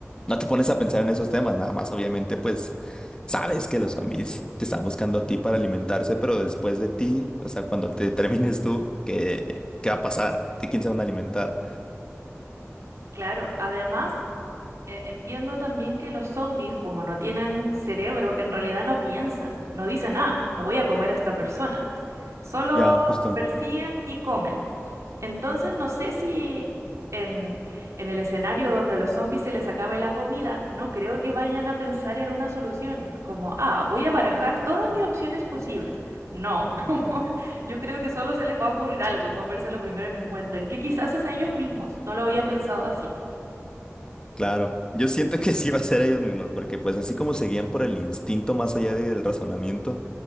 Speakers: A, on the left; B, on the right.
A: no te pones a pensar en esos temas, nada más, obviamente, pues sabes que los zombies te están buscando a ti para alimentarse, pero después de ti, o sea, cuando te <laughs> termines tú, ¿qué, qué va a pasar? ¿De quién se van a alimentar?
B: Claro, además Eh, Entiendo también que los zombies, como no tienen cerebro, en realidad no piensan, no dicen, ah, me voy a comer a esta persona. Solo
A: Ya, justo,
B: persiguen y comen. Entonces no sé si en, en el escenario donde los zombies se les acabe la comida, no creo que vayan a pensar en una solución, como, ah, voy a barajar todas mis opciones posibles. No, <laughs> como, yo creo que solo se les va a ocurrir algo y comerse lo primero que encuentren, que quizás es a ellos mismos, no lo había pensado así.
A: claro. Yo siento que sí va a ser ellos mismos, porque pues así como se guían por el instinto más allá del razonamiento,